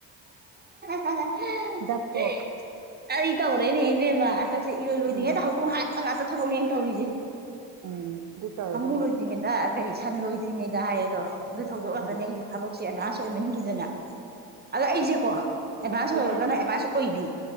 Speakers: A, on the right; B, on the right.
A: <unintelligible>
B: ꯗꯛꯇꯣ
A: ꯀꯔꯤ ꯇꯧꯔꯦꯅꯦ ꯏꯕꯦꯝꯃ ꯍꯟꯗꯛꯁꯦ ꯏꯔꯣꯏ ꯂꯣꯏꯗꯔꯤꯉꯩꯗ
B: ꯎꯝ
A: ꯍꯧꯗꯣꯛ ꯍꯥꯠꯄ ꯉꯥꯛꯇ ꯊꯕꯛꯅꯦ ꯑꯩꯅ ꯇꯧꯔꯤꯁꯦ
B: ꯎꯝ ꯑꯗꯨ ꯇꯧꯔꯗꯣꯏꯅ
A: ꯁꯥꯃꯨ ꯂꯣꯏꯗ꯭ꯔꯤꯉꯩꯗ ꯀꯔꯤ ꯁꯟ ꯂꯣꯏꯗ꯭ꯔꯤꯉꯩꯗ ꯍꯥꯏꯌꯦꯗꯣ ꯑꯗꯨ ꯊꯧꯗꯣꯛ ꯉꯥꯛꯇꯅꯦ
B: ꯎꯝ
A: ꯑꯩꯖꯦ ꯊꯕꯛꯁꯦ ꯑꯦꯗꯚꯥꯟꯁ ꯑꯣꯏꯃꯟꯈꯤꯗꯅ ꯑꯗ ꯑꯩꯖꯦꯀꯣ ꯑꯦꯗꯚꯥꯟꯁ
B: ꯎꯝ
A: ꯑꯣꯏꯔꯒꯅ ꯑꯦꯗꯚꯥꯟꯁ ꯑꯣꯏꯕꯤ